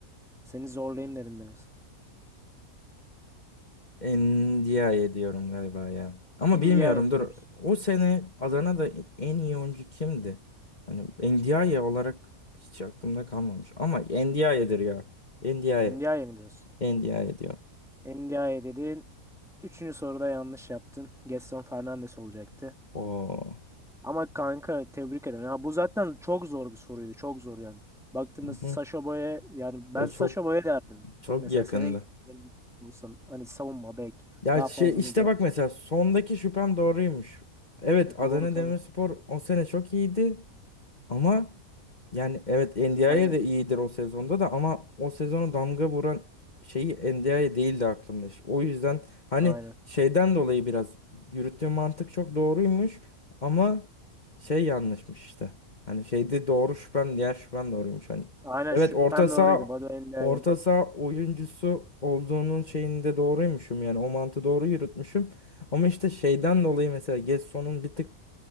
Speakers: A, in the centre; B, on the left.
A: Seni zorlayayım dedim biraz.
B: Endiaye diyorum galiba ya. Ama bilmiyorum
A: NDI'ye mi
B: dur.
A: diyoruz?
B: O sene Adana'da en iyi oyuncu kimdi? Hani Endiaye olarak hiç aklımda kalmamış. Ama Endiaye'dir ya. Endiaye.
A: NDI'ye mi diyorsun?
B: Endiaye diyor.
A: NDI'ye dedin. Üçüncü soruda yanlış yaptın. Gedson Fernandes olacaktı.
B: Oo.
A: Ama kanka tebrik ederim. Ya bu zaten çok zor bir soruydu. Çok zor yani. Baktığında
B: Hı
A: Sasha
B: hı.
A: Boy'a yani ben
B: Ya
A: Sasha
B: çok
A: Boy'a derdim.
B: çok
A: Mesela
B: yakındı.
A: seni olsam hani savunma bek
B: Ya
A: daha
B: şey
A: fazla
B: işte
A: mücadele.
B: bak mesela sondaki şüphem doğruymuş. Evet Adana
A: Doğru tabii.
B: Demirspor o sene çok iyiydi. Ama yani evet NDI'ye
A: Aynen.
B: de iyidir o sezonda da ama o sezonu damga vuran şeyi NDI'ye değildi aklımda. işte. O yüzden hani
A: Aynen.
B: şeyden dolayı biraz yürüttüğüm mantık çok doğruymuş ama şey yanlışmış işte. Hani şeyde doğru şüphem diğer şüphem doğruymuş hani.
A: Aynen
B: Evet
A: şüphen
B: orta saha
A: doğruydu. Badu NDI'ye.
B: orta saha oyuncusu olduğunun şeyinde doğruymuşum yani o mantığı doğru yürütmüşüm. Ama işte şeyden dolayı mesela Gesson'un bir tık